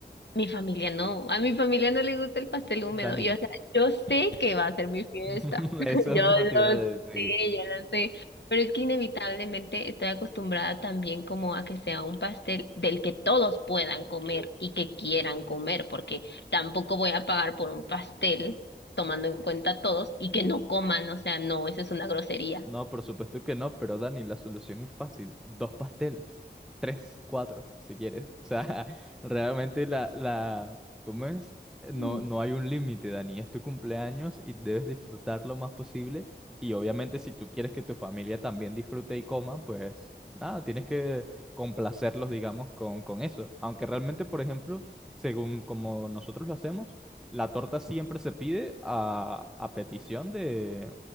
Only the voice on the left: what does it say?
Mi familia no, a mi familia no le gusta el pastel húmedo.
Yo, o sea, yo sé que va a ser mi fiesta.
<laughs>
Yo
lo
sé, yo lo sé. Pero es que inevitablemente estoy acostumbrada también como a que sea un pastel del que todos puedan comer y que quieran comer, porque tampoco voy a pagar por un pastel tomando en cuenta a todos y que no coman, o sea, no, eso es una grosería.
Mm.